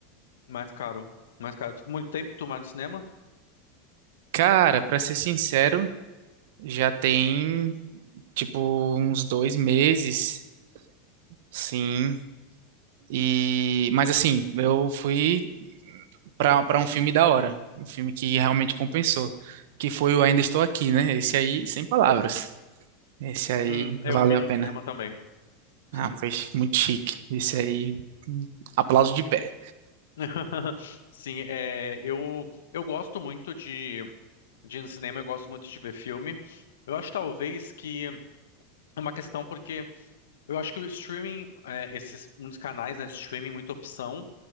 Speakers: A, on the left; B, on the right.
A: Mais caro. Mais caro. Muito tempo que tu vai no cinema?
B: Cara, pra ser sincero, já tem tipo uns dois meses, sim. E, mas assim, eu fui para para um filme da hora, um filme que realmente compensou, que foi o Ainda Estou Aqui, né? Esse aí, sem palavras. Esse aí
A: Hum, eu
B: valeu
A: vi
B: a
A: no
B: pena.
A: cinema também.
B: Ah,
A: Sim.
B: foi muito chique. Esse aí, hum, aplauso de pé.
A: <laughs> Sim, é, eu, eu gosto muito de, de ir no cinema, eu gosto muito de ver filme. Eu acho talvez que é uma questão porque Eu acho que o streaming, é, esses muitos canais, né, de streaming, muita opção,